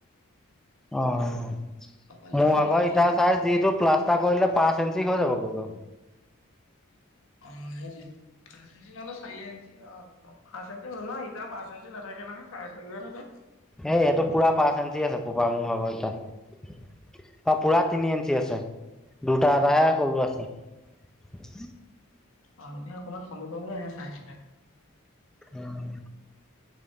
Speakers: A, in the centre; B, on the left.
A: অঁ। মোৰ
B: কপালি কেইখন
A: ভাগৰ
B: মানে
A: ইটাৰ চাইজ যিটো প্লাষ্টাৰ কৰিলে পাঁচ ইঞ্চি হৈ যাবগৈ।
B: অ সেইটোৱে, পাঁচ ইঞ্চি নহলে চাৰি ইঞ্চি পাঁচ ইঞ্চি ন, ইটা পাঁচ ইঞ্চি নাথাকে নহয় চাৰে চাৰিহে থাকে।
A: এই এইটো পুৰা পাঁচ ইঞ্চি আছে পোপা মোৰ ভাগৰ ইটা অ, পুৰা তিনি ইঞ্চি আছে দুটা এটাহে সৰু আছে উম <inaudible>
B: অ এনেই অকমান কমি কমি আহে চাইট বিলাক
A: উম।